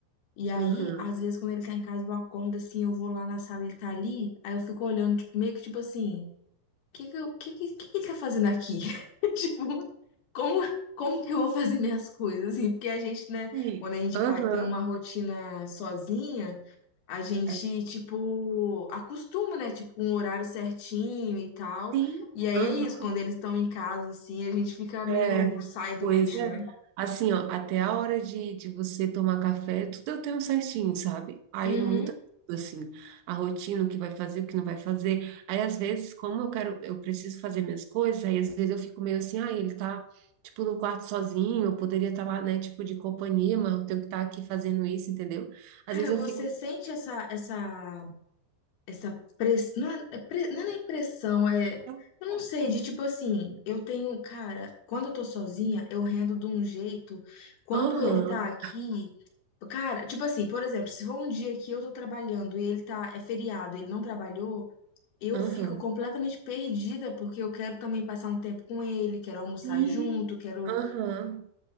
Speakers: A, on the left; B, on the right.
A: E aí,
B: Aham.
A: às vezes, quando ele tá em casa, eu acordo assim, eu vou lá na sala, ele tá ali, aí eu fico olhando, tipo, meio que tipo assim, o que que, eu- que, que, que que ele tá fazendo aqui? <laughs> Tipo, como, como que eu vou fazer minhas coisas, assim? Porque a gente, né,
B: Sim.
A: quando a gente
B: Aham.
A: faz, tem uma rotina sozinha a gente,
B: É,
A: tipo, acostuma, né? Tipo, um horário certinho e tal.
B: sim.
A: E aí
B: Aham.
A: é isso, quando eles estão em casa, assim, a gente fica meio,
B: É.
A: sai do
B: Pois
A: eixo,
B: é.
A: né?
B: Assim, ó, até a hora de, de você tomar café, tudo eu tenho certinho, sabe? Aí
A: Uhum.
B: muda tudo, assim, a rotina, o que vai fazer, o que não vai fazer. Aí, às vezes, como eu quero, eu preciso fazer minhas coisas, aí às vezes eu fico meio assim, ah, ele tá, tipo, no quarto sozinho, eu poderia estar lá, né, tipo, de companhia, mas eu tenho que estar aqui fazendo isso, entendeu?
A: Cara,
B: Às vezes
A: você
B: eu fico,
A: sente essa, essa, essa pressão, não é, é pre- não é nem pressão, é,
B: é um
A: eu não
B: pouco,
A: sei, de
B: né?
A: tipo assim, eu tenho, cara, quando eu tô sozinha, eu rendo de um jeito, quando
B: Aham,
A: ele tá aqui, cara, tipo assim, por exemplo, se for um dia que eu tô trabalhando e ele tá, é feriado, ele não trabalhou, eu
B: aham.
A: fico completamente perdida porque eu quero também passar um tempo com ele, quero almoçar
B: Sim,
A: junto, quero.
B: aham,